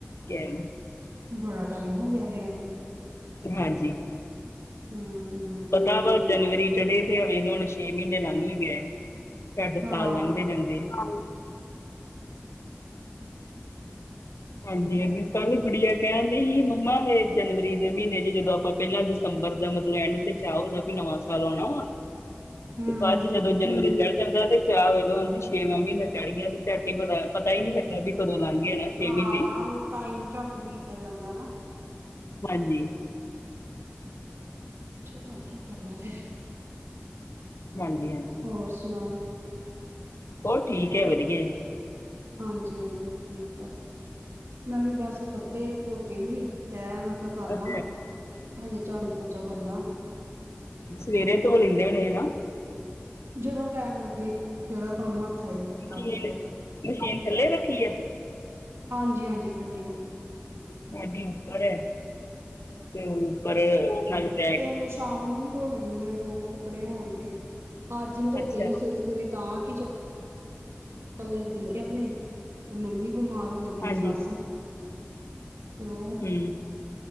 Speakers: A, on the left (about 80°); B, on the right (about 75°).
A: ਗਏ ਨੂੰ
B: ਬੜਾ ਟਾਈਮ ਹੋ ਗਿਆ ਗਿਆਂ ਨੂੰ
A: ਹਾਂਜੀ।
B: ਹੂੰ
A: ਅਦਾਵਟ <unintelligible> ਜਨਵਰੀ ਚੜ੍ਹੇ ਤੇ ਆ ਦੇਖ ਲੋ ਹੁਣ ਛੇ ਮਹੀਨੇ ਲੰਘ ਵੀ ਗਏ, ਸਾਡੇ
B: ਹਾਂ
A: ਸਾਲ ਲੰਘਦੇ ਜਾਂਦੇ ਆ।
B: <inaudible>
A: ਹਾਂਜੀ, ਅੱਗੇ ਕੱਲ ਗੁੜੀਆ ਕਹਿਣ ਡਹੀ ਸੀ, ਮੰਮਾ ਏ ਜਨਵਰੀ ਦੇ ਮਹੀਨੇ 'ਚ ਜਦੋਂ ਆਪਾਂ ਪਹਿਲਾਂ ਦ ਦਸੰਬਰ ਦਾ ਮਤਲਬ ਐਂਡ ਤੇ ਚਾਹ ਹੁੰਦਾ ਵੀ ਨਵਾਂ ਸਾਲ ਆਉਣਾ ਵਾ
B: ਹੂੰ
A: ਤੇ ਬਾਦ 'ਚ ਜਦੋਂ ਜਨਵਰੀ ਚੜ ਜਾਂਦਾ ਤੇ ਪਹ ਵੇਲਦੀ ਛੇਵਾਂ ਮਹੀਨਾ ਚੜ੍ਹ ਗਿਆ ਤੇਟ ਹੀ ਪਤਾ-ਪਤਾ ਹੀ ਨੀ ਲੱਗਾ ਵੀ ਕਦੋਂ ਲਘੰ ਜਾਣੇ ਆ ਛੇ
B: ਹਾਂ
A: ਮਹੀਨੇ,
B: ਉਹ ਟਾਈਮ ਝੱਟ ਬੀਤਦਾ ਜਾਂਦਾ ਨਾ
A: ਹਾਂਜੀ।
B: ਚਲੋ ਕੀ ਕਰਨਾ ਫਿਰ।
A: ਹਾਂਜੀ-ਹਾਂਜੀ!
B: ਹੋਰ ਸੁਣਾਓ
A: ਹੋਰ ਠੀਕ ਹੈ, ਵਧੀਆ।
B: ਹਾਂਜੀ-ਹਾਂਜੀ ਠੀਕ ਆ, ਮੈਂ ਵੀ ਬਸ ਕੱਪੜੇ ਧੋਤੇ ਸੀ। ਤੇੈ, ਮੈਂ ਕਿਹਾ ਕਰ
A: ਅੱਛਾ
B: ਲਾਂ ਹਜੇ ਝਾੜੂ, ਪੋਚਾ ਕਰਨਾ।
A: ਸਵੇਰੇ
B: ਮੈਂ ਕਿਹਾ
A: ਧੋ ਲੈਂਦੇ ਹੋਣੇ ਨਾ।
B: ਜਦੋਂ ਟੈਮ ਲੱਗੇ, ਜੇੜਾ ਕੰਮ ਹੱਥ ਆਜੇ ਕਰ
A: ਕੀ
B: ਲਈਦਾ।
A: ਮਸ਼ੀਨ ਥੱਲੇ ਰੱਖੀ ਆ?
B: ਹਾਂਜੀ-ਹਾਂਜੀ ਥੱਲੇ ਹੀ।
A: ਸਾਡੀ ਉੱਪਰ ਹੈਗੀ, ਤੇ ਓ ਉੱਪਰ ਲਗਦਾ
B: ਕੇਵਲ ਸ਼ਾਮ ਨੂੰ ਨੀ। ਧੋ ਲੈਣੀ ਹਾਂ ਦੋ ਕੁ ਕੱਪੜੇ ਹੋਣ ਤੇ ਅੱਜ ਮੈਂ ਧੋਤੇ
A: ਅੱਛਾ
B: ਸੀ ਸਵੇਰੇ-ਸਵੇਰੇ ਤਾਂ ਕਿ ਕੱਲੇ ਜੀਅ ਨੇ ਆਪਣੇ, ਤੇ ਮੰਮੀ ਬਿਮਾਰ ਹੋ ਗਏ ਮੇਰੀ
A: ਹਾਂਜੀ
B: ਸੱਸ। ਤੇ ਓ
A: ਹੂੰ!